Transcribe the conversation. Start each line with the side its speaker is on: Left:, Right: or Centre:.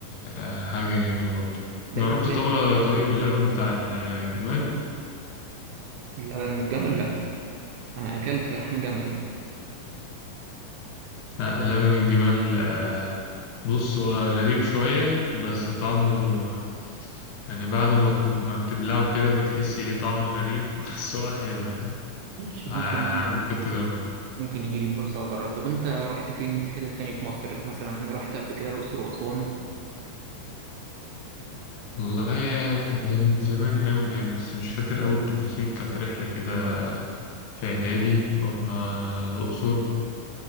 Left: آه، حاجة جميلة برضو
Right: ده
Left: جربت
Right: الأساس
Left: طبعا طيب اللبن بتاع الجمال
Right: لبن الجمل لا أنا أكلت لحم جمل
Left: لا لبن الجمال آه، بص هو غريب شوية بس طعمه يعني بعد ما بت- ما بتبلعه كده بتحس ليه طعم غريب <laughs> بس هو حلو يعني
Right: ماشي
Left: آه،
Right: ممكن يجي
Left: ممكن تجربه
Right: ممكن يجي لي فرصة أجرب طب أنت رحت فين في حتت تانية في مصر مثلا رحت قبل كده الأقصر وأسوان
Left: والله يا- ده من زمان قوي يعني بس مش فاكر قوي التفاصيل كانت رحلة كده في إعدادي رحنا الأقصر